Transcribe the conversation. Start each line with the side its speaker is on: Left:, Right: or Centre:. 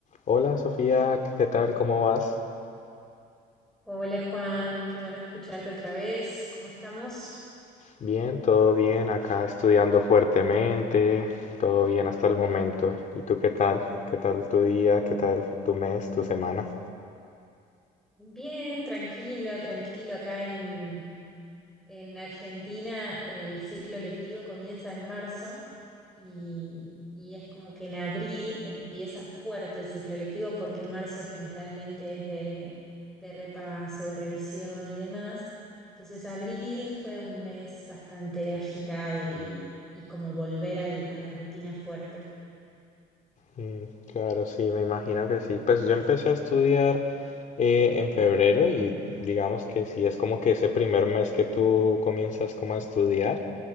Left: Hola Sofía, ¿qué tal? ¿Cómo vas?
Centre: Hola Juan, qué bueno escucharte otra vez. ¿Cómo estamos?
Left: Bien, todo bien, acá estudiando fuertemente, todo bien hasta el momento. ¿Y tú qué tal? ¿Qué tal tu día? ¿Qué tal tu mes, tu semana?
Centre: Bien, tranquilo, tranquilo. Acá en, en Argentina el ciclo lectivo comienza en marzo y, y es como que en abril empieza fuerte el ciclo lectivo porque marzo generalmente es de, de repaso, de revisión y demás. Entonces abril fue un mes bastante agitado y, y como volver al- a la rutina fuerte.
Left: Mm, claro, sí, me imagino que sí. Pues yo empecé a estudiar eh, en febrero y digamos que sí, es como que ese primer mes que tú comienzas como a estudiar,